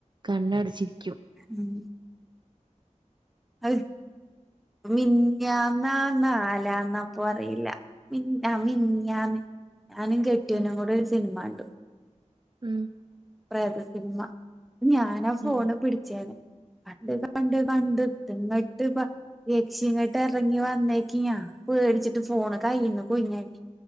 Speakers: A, on the right; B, in the centre.
A: കണ്ണടിച്ചിരിക്ക
B: ഉം അഹ് മിഞാനാ നാലാന്നപ്പൊ അറിയില്ല മിന്ന മിന്നയാന്ന് അന കെട്ടിയോനും
A: ഉം
B: കൂടെഒരു സിനിമ ഉണ്ടു
A: ഉം
B: പ്രേത സിനിമ ഞാനാ ഫോണ്
A: ഏഹ്
B: പിടിച്ചായിന്ന് കണ്ട് കണ്ട് കണ്ട് ഇങ്ങോട്ട് ഇപ്പ യക്ഷി ഇങ്ങോട്ട്റ ഇറങ്ങി വന്നേക്ക ഞാ പേടിച്ചിട്ട് ഫോണ് കഴുന്നു കൊഴിഞ്ഞാടി